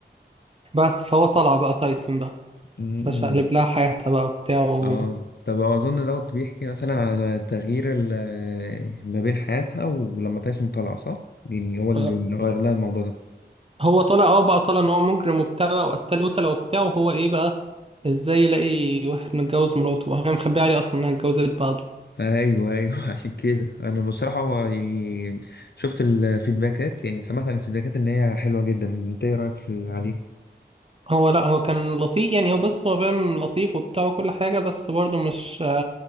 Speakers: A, on the right; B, on the left.
A: بس فهو طلع بقى تايسون ده
B: مم.
A: فشقلب لها حياتها بقى وبتاع و...
B: اه طب اظن دوت بيحكي مثلا على تغيير ال- آه، ما بين حياتها ولما تايسون طلع صح يعني هو اللي
A: آه،
B: غير لها الموضوع ده
A: هو طلع اه بقى طلع ان هو مجرم وبتاع بقى وقتل قتلة وبتاع وهو ايه بقى ازاي يلاقي واحد متجوز مراته وهي مخبيه عليه اصلا انها اتجوزت بعده
B: ايوه ايوه <laughs> عشان كده انا بصراحه هو يعني شفت الفيدباكات يعني سمعت عن الفيدباكات ان هي حلوه جدا انت ايه رايك في عليه
A: هو لا هو كان لطيف يعني هو بس هو فاهم لطيف وبتاع وكل حاجة بس برضه مش